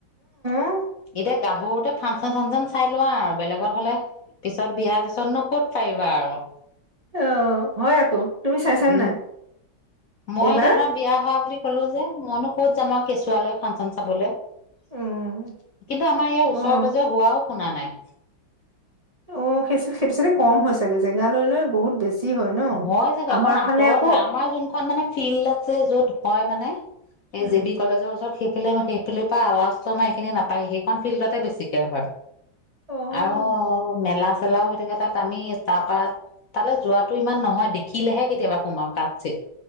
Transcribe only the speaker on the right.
অ
অ', হয, আকৌ। তুমি চাইছানে
নাই
এইবাৰ?
উম,
অ',
অ', সেই সেইটো চাগে কম হৈছে চাগে জেগা লৈ লৈ বহুত বেছি। হয় ন?
আমাৰ
ফালে
আকৌ
উম,
অ',